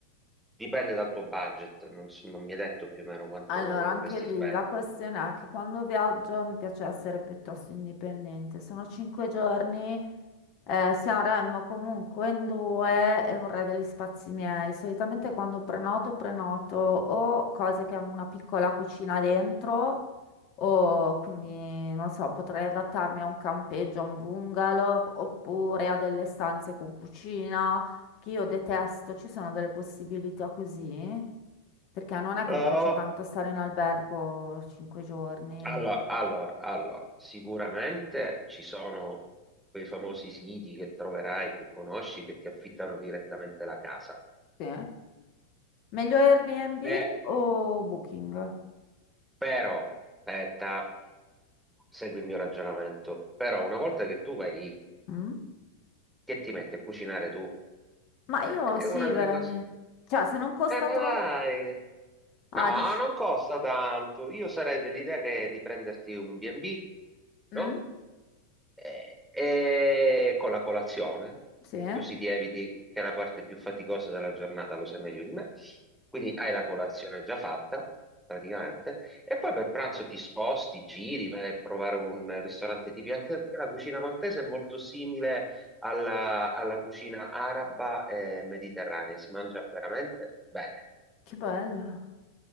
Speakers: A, in the centre; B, on the left (about 40°).
A: dipende dal tuo budget, non, so- non mi hai detto più o meno quanto
B: Allora,
A: vorresti
B: anche lì
A: spendere.
B: la questione è che quando viaggio mi piace essere piuttosto indipendente. Sono cinque giorni, Eh, Sanremo comunque in due e vorrei degli spazi miei. Solitamente quando prenoto, prenoto o cose che hanno una piccola cucina dentro, o quindi non so, potrei adattarmi a un campeggio, a un bungalow, oppure a delle stanze con cucina, che io detesto. Ci sono delle possibilità così, perché non è che
A: Oh,
B: mi piace tanto stare in albergo cinque giorni.
A: Allora, allora, allora, sicuramente ci sono quei famosi siti che troverai, che conosci, che ti affittano direttamente la casa.
B: Sì. Meglio Airbnb
A: Beh,
B: o Booking?
A: però, aspetta. segui il mio ragionamento, però una volta che tu vai lì,
B: Mm?
A: che ti metti a cucinare tu?
B: Ma
A: Eh,
B: io
A: È
B: sì,
A: una delle
B: veramente.
A: cose.
B: Cioè, se non costa
A: Eh, ma
B: troppo...
A: dai, no,
B: Ah, dici...
A: non costa tanto. Io sarei dell'idea che di prenderti un B&B, no?
B: Mm?
A: E, e con la colazione,
B: Sì?
A: così ti eviti che la parte più faticosa della giornata lo sai meglio di me. Quindi hai la colazione già fatta, praticamente, e poi per pranzo ti sposti, giri, vai a provare un ristorante tipico, anche perché la cucina maltese è molto simile alla, alla cucina araba e mediterranea, si mangia veramente bene.
B: Che bello.